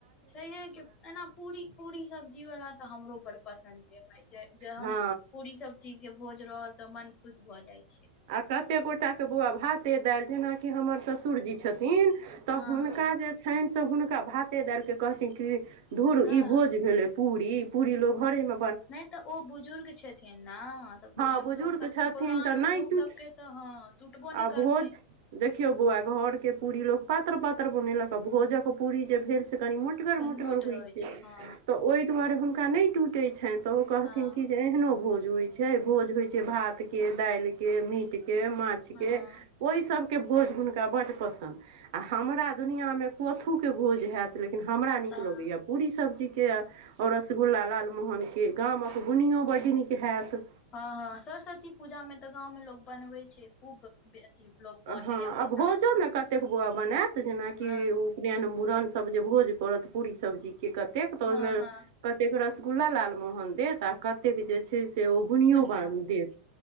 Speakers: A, on the left (about 25°); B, on the right (about 55°).
A: छैहे कि एना पूरी पूरी सब्जी वाला तऽ हमरो बड़ पसन्द य भाय जहन
B: हँ
A: पूरी सब्जी केँ भोज रहल तऽ मन खुश भऽ जाइत
B: आ कत्ते गोटा केँ बौआ भाते दालि जेनाकि हमर ससुरजी छथिन थिन तऽ
A: हँ
B: हुनका
A: हँ
B: जे छनि से हुनका भाते दिलि के कहथिन कि धुर
A: हँ
B: ई भोज भेले पूरी पूरी लोग घरे मे
A: नहि तऽ ओ बुजुर्ग छथिन न तऽ बुजुर्ग
B: हँ
A: लोक सभके
B: छथिन
A: पुरान
B: तऽ नहि
A: लोक
B: किछु
A: सबके तऽ हँ टूटबो
B: आ
A: नहि
B: भोज
A: करते है
B: देखियौ बौआ घरके पूरी लोक पातर पातर बनेलक आ भोजक पूरी जे भेल से त कनि मोटगर
A: कनमोट
B: मोटगर होइ
A: रहै
B: छै
A: हँ
B: तऽ ओहि दुर हुनका टूटे छ तऽ ओ कहथिन
A: हँ
B: की जे एहनो भोज होइ छै भोज होइ छै भात के दालके के मीट के माछ
A: हँ
B: के ओहि सब के भोज हुनका बड पसंड अ हमरा दुनिया मे कथू के भोज हैत ले लेकिन हमरा नीक
A: हँ
B: लगैया पूरी सब्जी के ओर रसगुल्ला लालमोहन के गामक बुनियो बड्ड नीक हैत
A: हँ हँ सरस्वती पूजा में तऽ गाँवं मे लोग बनबै छै खूब अथी लोग बाँटे
B: हँ
A: या प्रसाद
B: आ भोजोमे कतेक बौआ बनायत जेनाकि
A: हँ
B: उपनयन मूड़नसभ जे भोज करत पूरी सब्जी के कतेक त ओहिमे
A: हँ हँ
B: कतेक रसगुल्ला लालमोहन देत आ कते जे छै से ओ बुनियो
A: बुनिया
B: देत